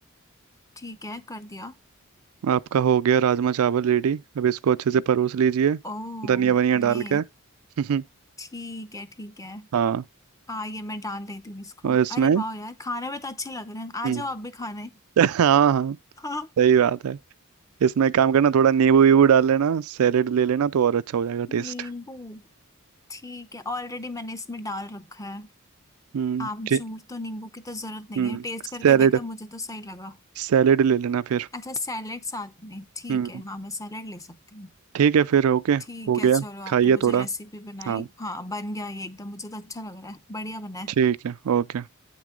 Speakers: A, on the left (about 15°); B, on the right (about 85°).
A: ठीक है कर दिया
B: आपका हो गया राजमा चावल रेडी अब इसको अच्छे से परोस लीजिए
A: ओ
B: धनिया वनिया
A: ये
B: डाल के <laughs>
A: ठीक है ठीक है
B: हाँ
A: हाँ ये मैं डाल देती हूँ इसको
B: और इसमें
A: अरे वाह यार खाने में तो अच्छे लग रहे हैं आ
B: हम्म
A: जाओ आप भी खाने
B: <laughs> हाँ हाँ
A: हाँ
B: सही बात है इसमें एक काम करना थोड़ा नींबू वीबू डाल लेना सैलेड ले लेना तो और अच्छा हो जाएगा
A: <laughs> नींबू
B: टेस्ट
A: ठीक है ऑलरेडी मैंने इसमें डाल रखा है
B: हम्म
A: आमचूर
B: ठीक
A: तो नींबू की तो जरूरत नहीं
B: हम्म
A: है टेस्ट
B: सैलेड
A: करके देखा मुझे तो सही लगा
B: सैलेड ले लेना फिर
A: अच्छा सैलेड साथ में ठीक
B: हम्म
A: है हाँ मैं सैलेड ले सकती हूँ
B: ठीक है फिर ओके
A: ठीक
B: हो
A: है
B: गया
A: चलो आपने
B: खाइए
A: मुझे
B: थोड़ा
A: रेसिपी बनाई
B: हाँ
A: हाँ बन गया ये एकदम मुझे तो अच्छा लग रहा है बढ़िया बना है
B: ठीक है ओके